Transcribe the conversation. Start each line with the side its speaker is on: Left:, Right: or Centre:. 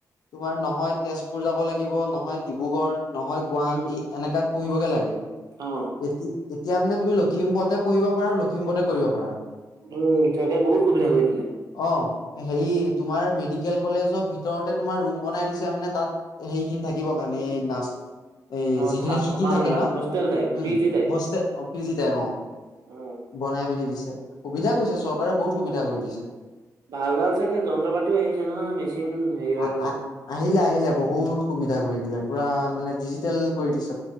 Left: তোমাৰ নহয় তেজপুৰ যাব লাগিব নহয় ডিব্ৰুগড় নহয় গুৱাহাটী
Right: উম
Left: এনেকাত পঢ়িবগে লাগে
Right: অ
Left: এ এতিয়া মানে তুমি লখিমপুৰতে পঢ়িব পাৰা আৰু লখিমপুৰতে কৰিব পাৰা
Right: উম চৰকাৰে বহুত সুবিধা কৰি দিলে
Left: অ' হেৰি তোমাৰ মেডিকেল কলেজৰ ভিতৰতে তোমাৰ ৰুম বনাই দিছে মানে তাত সেইখিনি থাকিব কাৰণে এই নাচ এই
Right: অ
Left: যিখিনি
Right: থা
Left: শিকি
Right: থকা
Left: থাকে
Right: মেলা
Left: ন
Right: hostel type
Left: um
Right: P G type
Left: হস্তে অ পি জি টাইপ অ
Right: অ
Left: বনাই মেলি দিছে সুবিধা কৰিছে চৰকাৰে বহুত সুবিধা কৰি দিছে
Right: ভাল ভাল চাগে যন্ত্ৰ পাতিও আহিছে নহয় মেচিন হেৰিয়ৰ
Left: আহ আহিলে আহিলে বহুত সুবিধা কৰি দিলে পুৰা মানে ডিজিটেল কৰি দিছ